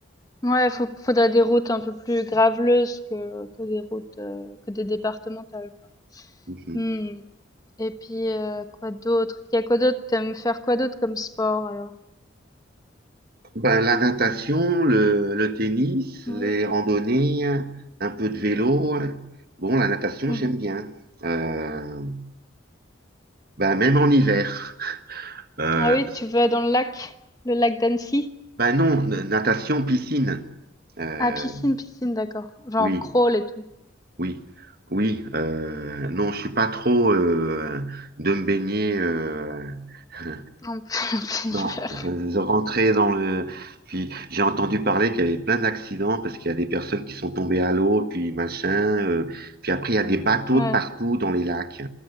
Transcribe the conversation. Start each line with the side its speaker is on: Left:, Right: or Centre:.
Left: Ouais, faut, faudrait des routes un peu plus graveleuses que, que des routes, euh, que des départementales, quoi.
Right: Mhm.
Left: Mm. Et puis, euh, quoi d'autre? Il y a quoi d'autre? T'aimes faire quoi d'autre comme sport, alors?
Right: Ben, la natation, le, le tennis, les
Left: Ouais.
Right: randonnées, un peu de vélo. hein. Bon, la natation,
Left: Mm.
Right: j'aime bien. Euh, ben, même en hiver. Euh,
Left: Ah oui, tu vas dans le lac, le lac d'Annecy?
Right: ben non, n- natation, piscine. Euh,
Left: Ah, piscine, piscine, d'accord. Genre
Right: oui,
Left: crawl et tout.
Right: oui, oui. euh, non, je suis pas trop euh, de me baigner. euh, <laughs>
Left: En plein <laughs>
Right: Non,
Left: hiver.
Right: je rentrais dans le. Puis j'ai entendu parler qu'il y avait plein d'accidents parce qu'il y a des personnes qui sont tombées à l'eau, puis machin. euh, puis après, il y a des bateaux
Left: Ouais.
Right: de partout dans les lacs.